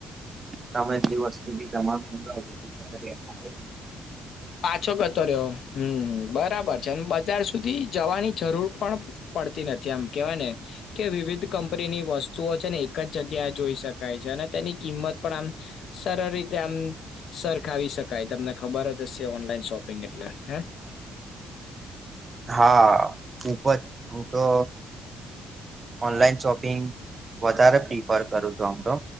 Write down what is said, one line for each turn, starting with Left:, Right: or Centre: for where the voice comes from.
Right: તમે <unintelligible>
Left: પાછો કરતો રહ્યો. હમ્મ બરાબર છે અને બજાર સુધી જવાની જરૂર પણ પડતી નથી આમ કેવાય ને. કે વિવિધ કંપનીની વસ્તુઓ છે ને એક જ જગ્યાએ જોઈ શકાય છે. અને તેની કિંમત પણ આમ સરળ રીતે આમ સરખાવી શકાય તમને ખબર અજ જશે ઓનલાઈન શોપિંગ એટલે હે.
Right: હા, ખૂબજ અહ તો ઓનલાઈન શોપિંગ વધારે પ્રિફર કરું છું આમ તો